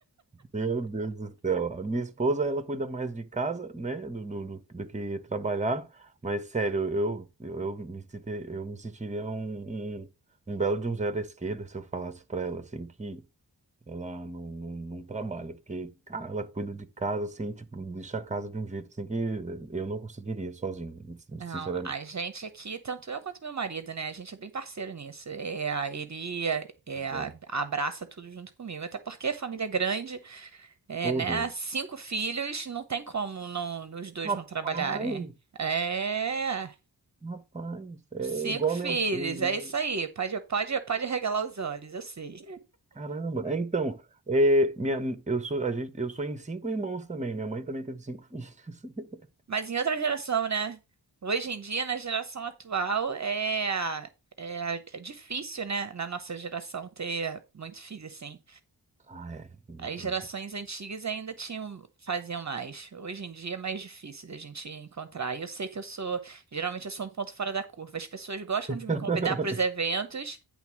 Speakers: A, on the right; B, on the right.
A: Meu Deus do céu. A minha esposa, ela cuida mais de casa, né, do, do, do, do que trabalhar. Mas, sério, eu, eu, eu me sentiria, eu me sentiria um, um, um belo de um zero à esquerda se eu falasse pra ela, assim, que ela não, não, não trabalha. Porque, cara, ela cuida de casa, assim, tipo, deixa a casa de um jeito, assim, que eu não conseguiria sozinho.
B: Não,
A: Sinceramente,
B: a gente aqui, tanto eu quanto meu marido, né? A gente é bem parceiro nisso. É, a- ele é, é,
A: bom.
B: abraça tudo junto comigo. Até porque a família é grande, é,
A: Meu
B: né?
A: Deus.
B: Cinco filhos, não tem como não, os dois
A: Rapaz,
B: não trabalharem. É,
A: rapaz, é
B: cinco
A: igual
B: filhos,
A: a minha, minha mãe.
B: é isso aí. Pode, pode, pode arregalar os olhos, eu sei.
A: Caramba, é, então, é, minha, eu sou, a gente, eu sou em cinco irmãos também. Minha mãe também teve cinco filhos. <laughs>
B: Mas em outra geração, né? Hoje em dia, na geração atual, é, é, é difícil, né? Na nossa geração ter muito filho, assim.
A: Ah, é. difícil.
B: As gerações antigas ainda tinham, faziam mais. Hoje em dia é mais difícil da gente encontrar. E eu sei que eu sou, geralmente eu sou um ponto fora da curva. As pessoas gostam
A: <laughs>
B: de me convidar para os eventos,